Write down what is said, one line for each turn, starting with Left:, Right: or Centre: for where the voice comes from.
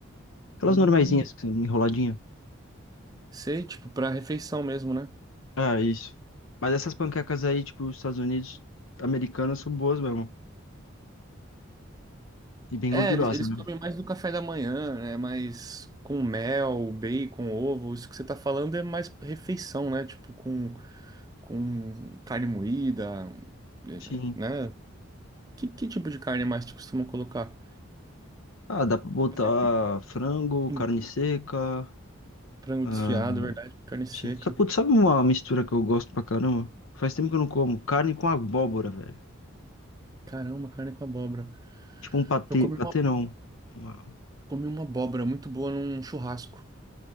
Left: aquelas
Right: Hum,
Left: normaizinhas, que- enroladinha.
Right: sei, tipo, pra refeição mesmo, né?
Left: Ah, isso. Mas essas panquecas aí, tipo, os Estados Unidos, americanas, são boas mesmo. E bem
Right: É,
Left: gordurosas,
Right: eles, eles
Left: né?
Right: comem mais no café da manhã, né? Mais com mel, bacon, ovo. Isso que você tá falando é mais refeição, né? Tipo, com, com carne moída, é,
Left: Sim.
Right: né? Que, que tipo de carne mais te costuma colocar?
Left: Ah, dá pra botar
Right: Eu sempre-
Left: frango,
Right: hum,
Left: carne seca,
Right: Frango
Left: Ah,
Right: desfiado, verdade, carne seca.
Left: sim. Sa- putz, sabe uma mistura que eu gosto pra caramba? Faz tempo que eu não como. Carne com abóbora, velho.
Right: Caramba, carne com abóbora.
Left: Tipo um patê.
Right: Eu comi
Left: Patê
Right: uma,
Left: não. Uma...
Right: comi uma abóbora muito boa num churrasco.